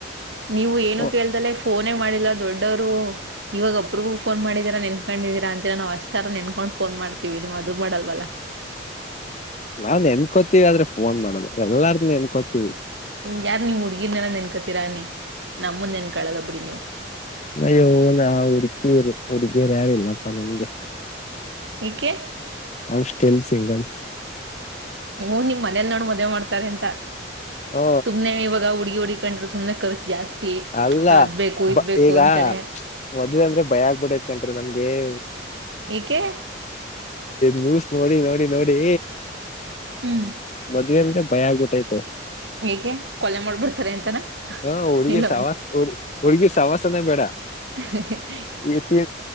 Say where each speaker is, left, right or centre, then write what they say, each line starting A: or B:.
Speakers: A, on the right; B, on the left.
A: ನೀವು ಏನು
B: ಓ
A: ಕೇಳ್ದಲ್ಲೆ ಫೋನೇ ಮಾಡಿಲ್ಲ ದೊಡ್ಡವರು ಇವಾಗ ಒಬ್ರಗೂ ಫೋನ್ ಮಾಡಿದೀರಾ ನೆನ್ ಕೊಂಡಿದೀರ ಅಂತ ನಾ್ ಅ್ ತರ ನೆನ್ಕೊಂಡು ಫೋನ್ ಮಾಡ್ತೀವಿ ನೀವು್ ಅದು ಮಾಡಲ್ವಲ್ಲ
B: ನಾವ್ ನೆನ್ಕೋತಿೀವಿ ಆದ್ರೆ ಫೋನ್ ಮಾಡೋದು ಎಲ್ಲಾರ್ದ ನೆನ್ಕೋತಿೀವಿ
A: ಯಾರು ನೀವು ಹುಡ್ಗಿರ್ನಲ್ಲ ನೆನ್ಕತ್ತೀರಾನೆ ನಮ್ಮಂದ ನೆನ್ಕಳಲ್ಲ ಬಿಡಿ ನೀವು
B: ನಯ್ಯೋ ನ ಹುಡುಕಿಯರು ಹುಡುಗಿರು ಯಾರಿಲ್ಲ ಸ ನಂಗೆ
A: ಈಕ್ಕೆ
B: ಅ ಸ್ಟಿಲ್ ಸಿಂಗಲ್
A: ಓ್ಮ್ ಮನೇಲ್ ನೋಡ್ ಮದ್ ಮಾಡ್ತಾರೆ ಅಂತ
B: ಓ
A: ಸುಮ್ನೆ ಇವಾಗ ಹುಡುಗಿ ಹುಡಕಂಡ್ ತೊಮ್ಮನೆ ಕರ್ಜ ಜಾಸ್ತಿ
B: ಅಲ್ಲ
A: ಅದ್ ಬೇಕು ಇದ್ ಬೇಕು
B: ಈಗ
A: ಅಂತಳೆ
B: ಮದ್ವೆ ಅಂದ್ರೆ ಭಯ ಆಗ್ಬಿಡೇತ್ ಕಂ್ರಿ ನಮ್ಗೆ ಏ
A: ಈಏಕ್ಕೆ
B: ನ್ಯೂಸ್ ನೋಡಿ ನೋಡಿ ನೋಡಿ
A: ಹ್ಮ್
B: ಮದ್ ಭಯ ಆಗ್ಬಿಟ್ಟೈತೆ
A: ಹಗೆ ಕೊಲೆ ಮಾಡ್ಬಿಡ್ತಾರೆ ಎಂತಾನ
B: ಹ ಹುಡ್ಗಿರ್
A: ಇಲ್ಲ
B: ಸವಾಸ ಹುರ್ಗಿ ಸವಾಸನೇ ಬೇಡ
A: ಹ
B: ಈ ತಿ